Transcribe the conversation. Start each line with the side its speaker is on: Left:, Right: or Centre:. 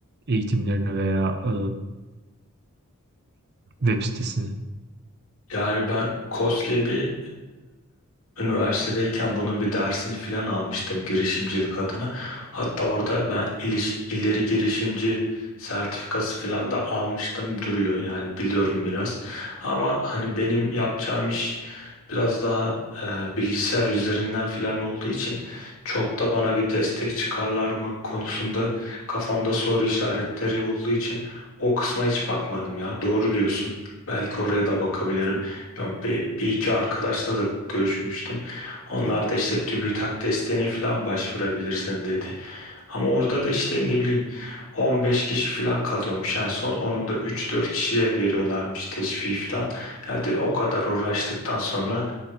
Right: eğitimlerini veya e, web sitesini?
Left: Yani ben koskoca bir Üniversitedeyken bunun bir dersini falan almıştım girişimcilik adına. Hatta orada ben iliş, ileri girişimci sertifikası falan da almıştım duruyor. Yani biliyorum biraz. Ama hani benim yapacağım iş biraz daha e, bilgisayar üzerinden falan olduğu için çok da bana bir destek çıkarlar mı konusunda kafamda soru işaretleri olduğu için o kısma hiç bakmadım ya. Doğru diyorsun. Belki oraya da bakabilirim. Ben Bir, bir iki arkadaşla da görüşmüştüm. Onlar da işte TÜBİTAK desteğine falan başvurabilirsin dedi. Ama orada da işte ne bileyim 15 kişi falan kalıyormuş. En son onun da üç dört kişiye veriyorlarmış teşvik falan. Yani o kadar uğraştıktan sonra